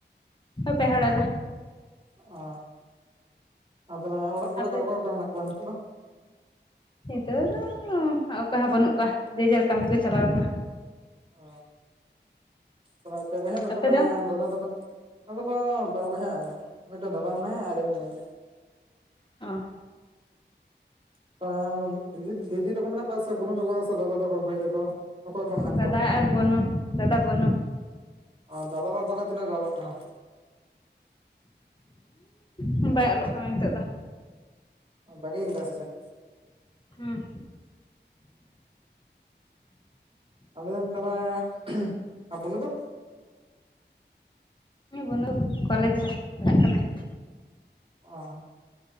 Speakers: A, on the left; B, on the right.
A: ᱯᱮ ᱦᱚᱲ ᱟᱞᱮ᱾
B: ᱚ ᱟᱫᱚ ᱛᱟᱦᱚᱞᱮ ᱚᱲᱟᱜ ᱠᱚᱨᱮ
A: ᱟᱯᱮ
B: ᱫᱚ ᱚᱠᱚᱭ ᱚᱠᱚᱭ ᱢᱮᱱᱟᱜ ᱠᱚᱣᱟ ᱱᱤᱛᱳᱜ ᱫᱚ?
A: ᱱᱤᱛᱚᱜ ᱫᱚ ᱚᱠᱚᱭ ᱦᱚᱸ ᱵᱟᱹᱱᱩᱜ ᱠᱚᱣᱟ, ᱡᱮᱡᱟᱨ ᱠᱟᱹᱢᱤ ᱠᱚ ᱪᱟᱞᱟᱣ ᱠᱟᱱᱟ᱾
B: ᱚ ᱛᱟᱦᱚᱞᱮ ᱟᱯᱮ ᱵᱚᱭᱦᱟ ᱫᱚᱯᱮ
A: ᱟᱯᱮ
B: ᱢᱟᱱᱮ
A: ᱫᱚ
B: ᱫᱟᱫᱟ ᱛᱟᱠᱚ ᱟᱞᱮ ᱫᱚ ᱵᱟᱨ ᱵᱚᱭᱦᱟᱜ ᱟᱞᱮ ᱢᱤᱫᱴᱮᱱ ᱫᱟᱫᱟ ᱢᱮᱱᱟᱭᱟ ᱟᱨ ᱤᱧ ᱢᱤᱱᱟᱹᱧᱟ᱾
A: ᱚ
B: <inaudible> ᱫᱤᱫᱤ ᱛᱟᱠᱚ ᱢᱮᱱᱟᱜ ᱠᱚᱣᱟ ᱥᱮ ᱵᱩᱱᱩ ᱛᱟᱠᱚ ᱥᱮ ᱫᱟᱫᱟ ᱛᱟᱠᱚ ᱵᱷᱟᱹᱭ ᱛᱟᱠᱚ? ᱚᱠᱚᱭ ᱠᱚ ᱢᱮᱱᱟᱜ
A: ᱫᱟᱫᱟ
B: ᱠᱚᱣᱟ
A: ᱟᱨ ᱵᱚᱱᱚ ᱫᱟᱫᱟ ᱵᱚᱱᱚ᱾
B: ᱟᱨ ᱫᱟᱫᱟ ᱫᱚ ᱛᱟᱦᱚᱞᱮ ᱛᱤᱱᱟᱹᱜ ᱨᱮ ᱚᱞᱚᱜ ᱠᱟᱱᱟ
A: ᱦᱩᱸ ᱵᱟᱭ ᱚᱞᱚᱜ ᱠᱟᱱᱟ ᱱᱤᱛᱚᱜ ᱫᱚ
B: ᱵᱟᱹᱜᱤ ᱠᱟᱫᱟᱭ ᱥᱮ ᱪᱮᱫ
A: ᱦᱩᱸ
B: ᱚ ᱟᱫᱚ ᱛᱷᱟᱞᱮ ᱵᱩᱱᱩ ᱫᱚ?
A: ᱩᱸ ᱵᱩᱱᱩ ᱠᱚᱞᱮᱡᱽ ᱨᱮ ᱯᱟᱲᱦᱟᱜ ᱠᱟᱱᱟᱭ᱾
B: ᱚ